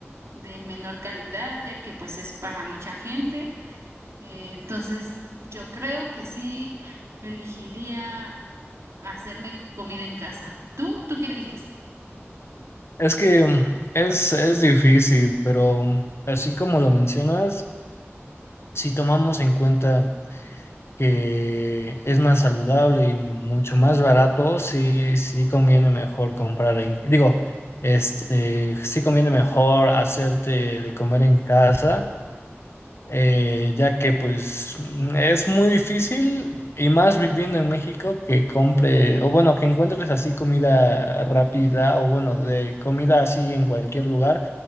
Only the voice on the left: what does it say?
Es que mm, es, es difícil, pero mm, así como lo mencionas, si tomamos en cuenta que es más saludable y mucho más barato, sí, sí conviene mejor comprar en, digo, este, sí conviene mejor hacerte de comer en casa, eh, ya que pues mm, es muy difícil y más viviendo en México que compre, o bueno, que encuentres así comida rápida o bueno, de comida así en cualquier lugar